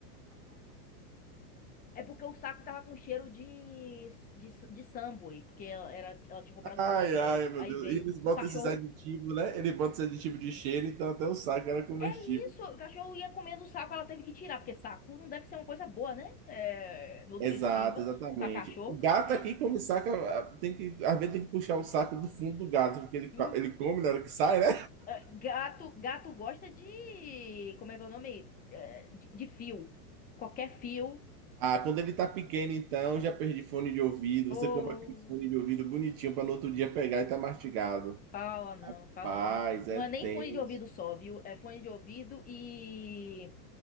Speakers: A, on the left (about 20°); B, on the right (about 35°).
A: É porque o saco tava com cheiro de, de, de Subway, porque ela, era, ela tinha comprado
B: Ai,
A: Subway.
B: ai, meu
A: Aí
B: Deus.
A: veio,
B: E eles botam
A: o cachorro
B: esses aditivos, né? Ele bota esse aditivo de cheiro, então até o saco era comestível.
A: Isso, o cachorro ia comendo o saco, ela teve que tirar, porque saco não deve ser uma coisa boa, né? É, nutritiva
B: Exato, exatamente.
A: pra cachorro.
B: O gato
A: É,
B: aqui, come saca, ah, tem que, às vezes tem que puxar o saco do fundo do gato, porque ele,
A: hum,
B: co- ele come na hora que sai, né?
A: é, gato, gato gosta de, como é que é o nome? É, de, de fio. Qualquer fio.
B: Ah, quando ele tá pequeno, então, já perdi fone de ouvido.
A: Ô,
B: Você compra aquele fone de ouvido bonitinho para no outro dia pegar e tá mastigado.
A: fala não, fala
B: Paz,
A: não. né? Não
B: é
A: é
B: tenso.
A: nem fone de ouvido só, viu? É fone de ouvido e,